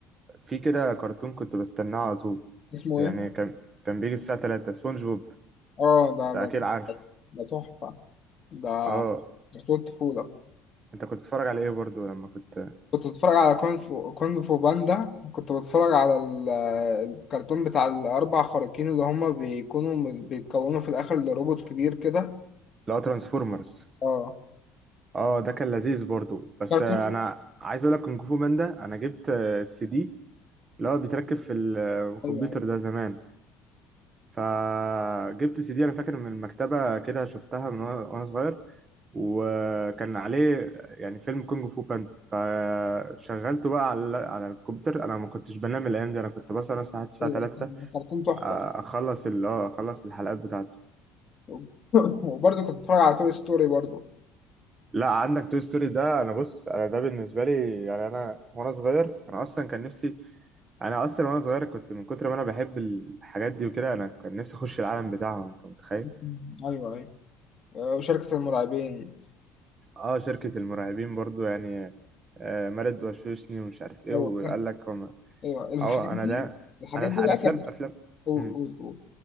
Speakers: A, on the right (about 25°); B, on the left (about 30°).
A: في كده كرتون كنت بستناه على طول
B: اسمه
A: يعني
B: إيه؟
A: كان كان بيجي الساعه 3 سبونج بوب
B: اه ده
A: انت اكيد
B: ده
A: عارف
B: ده تحفة ده
A: اه
B: كرتون طفولة
A: انت كنت بتتفرج على ايه برضو لما كنت
B: كنت بتفرج على كونغ فو كونغ فو باندا كنت بتفرج على ال- الكرتون بتاع الأربع خارقين اللي هما بيكونوا م- بيتكونوا في الآخر لروبوت كبير كده
A: لا ترانسفورمرز
B: اه
A: اه ده كان لذيذ برضو بس
B: كرتون
A: آه، انا عايز اقول لك كونغ فو باندا انا جبت السي دي اللي هو بيتركب في ال- آه، الكمبيوتر
B: أيوه أيوه
A: ده زمان فجبت سي دي انا فاكر من المكتبه كده شفتها من وانا وأنا صغير وكان عليه يعني فيلم كونغ فو باندا فشغلته بقى على على الكمبيوتر انا ما كنتش بنام الايام دي انا كنت بسهر مثلا لحد الساعه
B: أيوه
A: 3
B: كان كرتون تحفة
A: اخلص اللي هو اخلص الحلقات بتاعته
B: <laughs> وبرضه كنت بتفرج على توي ستوري برضه
A: لا عندك توي ستوري ده انا بص انا ده بالنسبه لي يعني انا وانا صغير انا اصلا كان نفسي انا اصلا وانا صغير كنت من كتر ما انا بحب الحاجات دي وكده انا كان نفسي اخش العالم بتاعهم انت متخيل
B: <laughs> أيوه أيوه آه، وشركة المرعبين
A: اه شركه المرعبين برضو يعني آه مارد وشوشني ومش عارف ايه
B: أيوه
A: وقال
B: كرت...
A: لك هم
B: أيوه الحاجات
A: اه
B: دي
A: انا ده
B: الحاجات
A: انا الح-
B: دي
A: الافلام
B: بقى كانت
A: افلام
B: قول
A: امم
B: قول قول.